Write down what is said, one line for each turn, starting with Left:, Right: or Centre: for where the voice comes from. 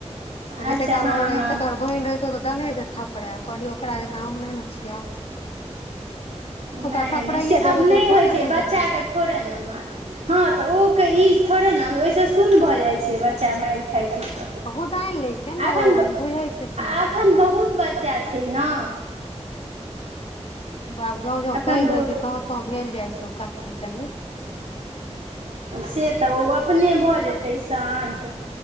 Left: त कते
Right: अच्छा
Left: काल
Right: हँ
Left: ओ रहतय
Right: हँ
Left: त बहिन रहितो तऽ देने रहितै थपड़ै कहलियै ओकरा जेकाँ हम नहि न छियै
Right: नहि
Left: ओकरा थपड़ाइए
Right: नहि से
Left: देबै
Right: आब
Left: तऽ
Right: नहि
Left: ओ थोड़े
Right: होइ छै
Left: बुझतै
Right: बच्चाके थोड़े ने मारतय हँ तऽ ओ के ई थोड़े ने ओहिस सुन भऽ जाइ छै बच्चा मार खा छै त
Left: आ गोदानि लै छै ने
Right: अखन
Left: ओ बुझै छै अथी
Right: अखन
Left: छै
Right: बहुत बच्चा छै छैना
Left: बाब जँ जँ
Right: एखन
Left: पैघ
Right: बहुत
Left: होइ छै तौँ तौँ भेल जाइ छै उकट्ठी कनि
Right: से तऽ ओ अपने भऽ जेतै शान्त